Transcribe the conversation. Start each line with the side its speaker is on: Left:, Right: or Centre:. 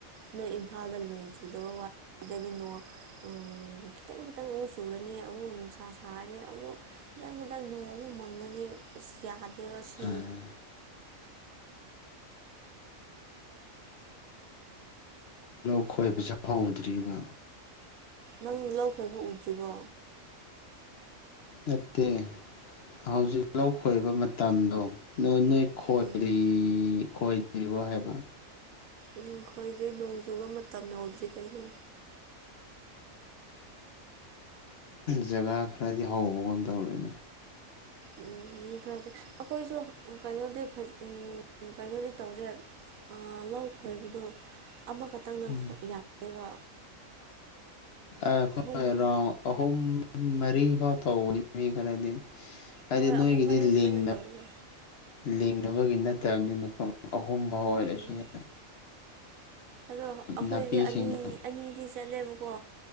Right: ꯅꯣꯏ ꯏꯝꯐꯥꯜꯗ ꯅꯣꯡ ꯆꯨꯗꯕ ꯋꯥꯅꯤ ꯁꯤꯗꯗꯤ ꯅꯣꯡ ꯎꯝ ꯈꯤꯇꯪ ꯈꯤꯇꯪ ꯑꯃꯨꯛ ꯆꯨꯔꯅꯤ ꯑꯃꯨꯛ ꯅꯨꯡꯁꯥ ꯁꯥꯔꯅꯤ ꯑꯃꯨꯛ ꯈꯤꯇꯪ ꯈꯤꯇꯪ ꯅꯣꯡ ꯑꯃꯨꯛ ꯃꯪꯉꯅꯤ ꯑꯁ ꯌꯥꯗꯦꯕ ꯁꯤ꯫
Left: ꯑꯥ ꯑꯈꯣꯏꯕ ꯄꯩꯁꯥ ꯐꯪꯍꯧꯗ꯭ꯔꯤꯕ꯫
Right: ꯅꯪ ꯂꯧ ꯈꯣꯏꯕ ꯎꯗ꯭ꯔꯤꯕꯣ?
Left: ꯅꯠꯇꯦ ꯍꯧꯖꯤꯛ ꯂꯧ ꯈꯣꯏꯕ ꯃꯇꯝꯗꯣ, ꯅꯣꯏ ꯅꯣꯏ ꯈꯣꯏꯗ꯭ꯔꯤ
Right: ꯎꯝ
Left: ꯈꯣꯏꯗ꯭ꯔꯤꯕꯣ ꯍꯥꯏꯕ?
Right: ꯎꯝ ꯈꯣꯏꯗ꯭ꯔꯤ ꯅꯣꯡꯖꯨꯕ ꯃꯇꯝ ꯌꯧꯗ꯭ꯔꯤ ꯀꯩꯅꯣ꯫
Left: ꯖꯒꯥ ꯈꯔꯗꯤ ꯍꯧꯕꯒꯨꯝ ꯇꯧꯔꯦꯅꯦ꯫
Right: ꯎꯝ ꯃꯤ ꯈꯔꯗꯤ ꯑꯈꯣꯏꯁꯨ ꯀꯩꯅꯣꯗꯤ ꯐꯖ ꯀꯩꯅꯣꯗꯤ ꯇꯧꯗ꯭ꯔꯦ꯫ ꯑꯥ ꯂꯧ ꯈꯣꯏꯕꯗꯣ ꯑꯃꯈꯛꯇꯪꯅ
Left: ꯎꯝ
Right: ꯌꯥꯗꯦꯕ꯫
Left: ꯑꯈꯣꯏ
Right: ꯑꯍꯨꯝ
Left: ꯔꯥꯎ ꯑꯍꯨꯝ ꯃꯔꯤ ꯐꯥꯎ ꯇꯧꯕꯅꯤ ꯃꯤ ꯈꯔꯗꯤ꯫ ꯍꯥꯏꯗꯤ
Right: ꯍꯣꯏ
Left: ꯅꯣꯏꯒꯤꯗꯤ
Right: ꯑꯍꯨꯝ ꯃꯔꯤ ꯁꯨꯃꯥꯏꯅ
Left: ꯂꯤꯡꯅꯥ
Right: ꯇꯧꯋꯦꯕ
Left: ꯂꯤꯡꯅꯕꯒꯤ ꯅꯠꯇꯝꯅꯤꯅ ꯀꯣ ꯑꯍꯨꯝꯕꯥꯎ ꯑꯣꯏꯔꯁꯨ
Right: ꯎꯝ
Left: ꯌꯥꯏ꯫
Right: ꯑꯗꯣ ꯑꯈꯣꯏꯗꯤ
Left: ꯅꯥꯄꯤꯁꯤꯡꯗꯣ
Right: ꯑꯅꯤ ꯑꯅꯤꯗꯤ ꯆꯠꯂꯦꯕꯀꯣ꯫